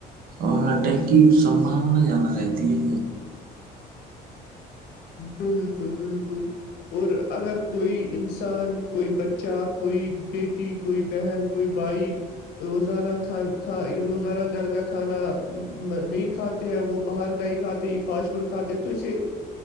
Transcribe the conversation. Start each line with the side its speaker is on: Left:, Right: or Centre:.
Right: اور اٹیک کی سمبانا زیادہ رہتی ہے
Left: بالکل بالکل اور اگر کوئی انسان کوئی بچہ کوئی بیٹی کوئی بہن کوئی بھائی روزانہ کان کھا روزانہ گھر کا کھانا نہیں کھاتے ہیں وہ باہر کا ہی کھاتے ہیں یہ فاشٹ چڑ کھے تو سے